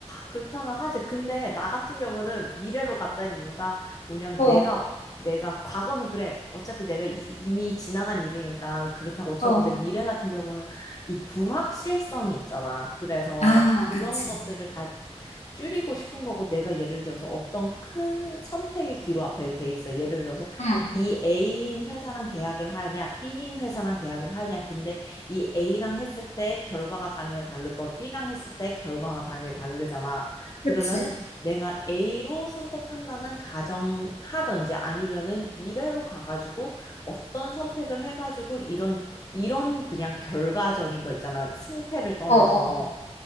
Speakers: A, on the left; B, on the left.
A: 그렇다면 하지. 근데 나 같은 경우는 미래로 갔다는 이유가 뭐냐면
B: 어,
A: 내가 내가 과거는 그래. 어차피 내가 이, 이미 지나간 일이니까 그렇다고 쳐.
B: 어.
A: 근데 미래 같은 경우는 이 불확실성이 있잖아. 그래서
B: 아,
A: 그런
B: 그치.
A: 것들을 다시 줄이고 싶은 거고 내가 예를 들어서 어떤 큰 선택의 기로 앞에 돼 있어. 예를 들어서
B: 응,
A: 이 A인 회사랑 계약을 하냐, B인 회사랑 계약을 하냐. 근데 이 A랑 했을 때 결과가 당연히 다를 거, B랑 했을 때 결과가 당연히 다르잖아. 그러면은
B: 그치.
A: 내가 A로 선택한다는 가정하던지 아니면은 미래로 가가지고 어떤 선택을 해가지고 이런 이런 그냥 결과적인 거 있잖아. 승패를 떠나서
B: 어, 어.